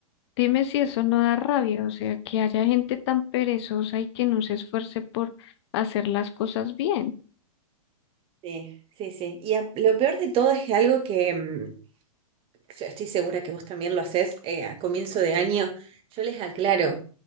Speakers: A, on the left (about 45°); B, on the right (about 30°).
A: Dime si eso no da rabia, o sea, que haya gente tan perezosa y que no se esfuerce por hacer las cosas bien.
B: Sí, sí, sí. Y a- lo peor de todo es que algo que mm, yo estoy segura que vos también lo hacés eh, a comienzo de año. Yo les aclaro,